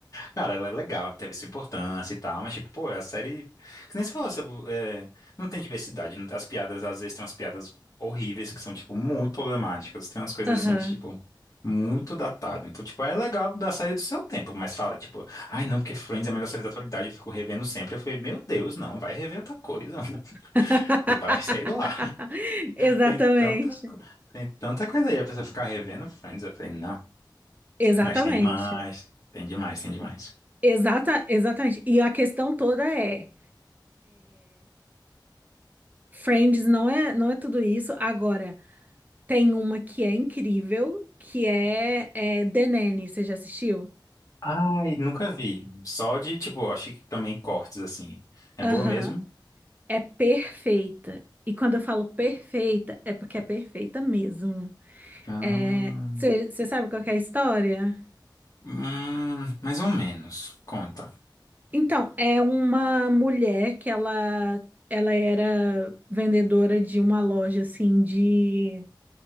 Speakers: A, on the left; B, on the right.
A: cara, ela é legal, teve sua importância e tal, mas, tipo, pô, é a série, que nem você falou, você, é, não tem diversidade, não- as piadas, às vezes, tem umas piadas horríveis que são, tipo, muito problemáticas, tem umas coisas
B: Aham.
A: assim que, tipo, muito datado. Então, tipo, é legal da série do seu tempo, mas fala, tipo, ai, não, porque Friends é a melhor série da atualidade, eu fico revendo sempre. Eu falei, meu Deus, não, vai rever outra coisa, <laughs>
B: <laughs>
A: vai, sei lá.
B: Exatamente.
A: Tem tanta, co- tem tanta coisa aí. A pessoa ficar revendo Friends. Eu falei, não,
B: Exatamente.
A: mas tem demais. Tem demais, tem demais.
B: Exata, exatamente. E a questão toda é: Friends não é, não é tudo isso. Agora. Tem uma que é incrível, que é, é The Nanny. Você já assistiu?
A: Ai, nunca vi. Só de, tipo, acho que também cortes, assim. É
B: Aham.
A: boa mesmo?
B: É perfeita. E quando eu falo perfeita, é porque é perfeita mesmo.
A: Ah,
B: É, você você sabe qual que é a história?
A: hum, mais ou menos. Conta.
B: Então, é uma mulher que ela, ela era vendedora de uma loja assim de,